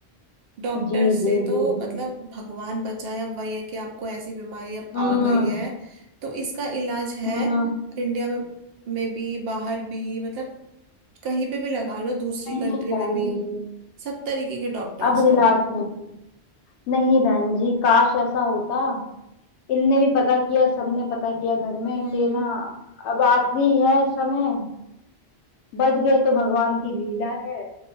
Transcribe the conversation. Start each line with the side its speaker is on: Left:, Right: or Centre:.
Right: डॉक्टर
Left: जी
Right: से
Left: जी
Right: तो
Left: जी बहन
Right: मतलब
Left: जी
Right: भगवान बचाए अब वही है कि आपको ऐसी बीमारी अब
Left: हम्म
Right: आ गई है तो इसका इलाज है
Left: हम्म
Right: इंडिया में में भी बाहर भी मतलब कहीं पे भी लगा लो दूसरी
Left: नहीं
Right: कंट्री में
Left: बहन
Right: भी
Left: जी
Right: सब तरीके के डॉक्टर्स
Left: अब निलाज
Right: हैं
Left: में भी नहीं बहन जी काश ऐसा होता इनने भी पता किया सबने पता किया घर में
Right: हम्म
Left: कि ना अब आखिरी है समय बच गए तो भगवान की लीला है